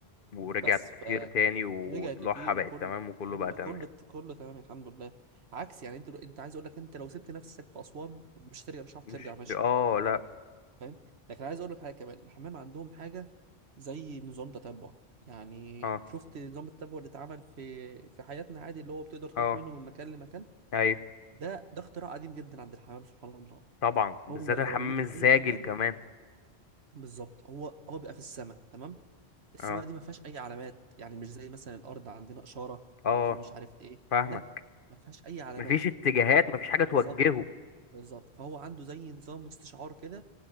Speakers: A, on the left (about 55°); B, on the right (about 70°).
A: ورجعت
B: بس
A: تطير
B: فرجعت
A: تاني وضلوعها
B: تطير
A: بقت
B: كل
A: تمام وكله
B: كل
A: بقى تمام
B: كل كل تمام الحمد لله عكس يعني انت انت عايز اقول لك انت لو سبت نفسك في اسوان مش هترجع مش هتعرف
A: مش
B: ترجع ماشي
A: اه لا
B: فاهم لكن عايز اقول لك حاجه كمان الحمام عندهم حاجه زي نظام تتبع يعني
A: اه
B: شفت نظام التتبع اللي اتعمل في في حياتنا عادي اللي هو بتقدر تروح
A: اه
B: منه من مكان لمكان
A: ايوه
B: ده ده اختراع قديم جدا عند الحمام سبحان الله
A: طبعا بالذات
B: هو لو
A: الحمام
B: رميته
A: الزاجل
B: في اي مكان
A: كمان
B: بالظبط هو هو بيبقى في السماء تمام السماء
A: اه
B: دي ما فيهاش اي علامات يعني مش زي مثلا الارض عندنا اشاره
A: اه
B: عندنا مش عارف ايه
A: فاهمك
B: لا ما فيهاش اي علامات
A: مفيش اتجاهات مفيش حاجة توجهه
B: بالظبط بالظبط فهو عنده زي نظام استشعار كده